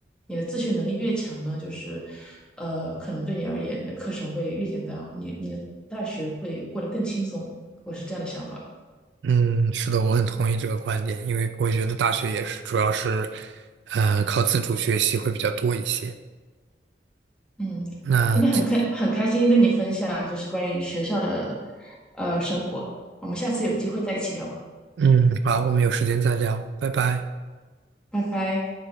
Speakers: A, in the centre; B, on the right.
A: 你的自学能力越强呢，就是呃，可能对你而言，那课程会越简单，你你的大学会过得更轻松。我是这样的想法。
B: 嗯，是的，我很同意这个观点，因为我觉得大学也是主要是，呃，靠自主学习会比较多一些。
A: 嗯，
B: 那这，
A: 今天很开很开心跟你分享，就是关于学校的呃生活。我们下次有机会再一起聊吧，
B: 嗯，好，我们有时间再聊，拜拜。
A: 拜拜。